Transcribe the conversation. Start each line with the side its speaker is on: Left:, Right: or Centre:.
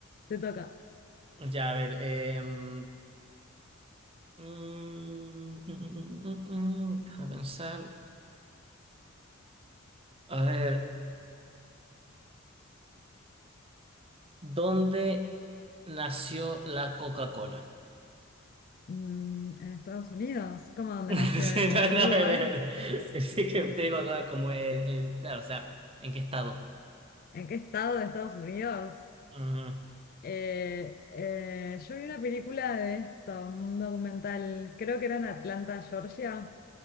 Left: te toca.
Right: Ya, a ver. em, mm, mm, mm, mm, mm, mm, déjame pensar. A ver, ¿dónde nació la Coca-Cola?
Left: Mm, en Estados Unidos, ¿cómo donde
Right: <laughs>
Left: nació? ¿En,
Right: Sí,
Left: en
Right: no, no,
Left: un
Right: a
Left: lugar?
Right: ver, <laughs> a ver. sí que te digo acá como el, el- claro, o sea, ¿en qué estado?
Left: ¿En qué estado de Estados Unidos?
Right: Ujú.
Left: Eh, eh, yo vi una película de esto, un documental, creo que era en Atlanta, Georgia.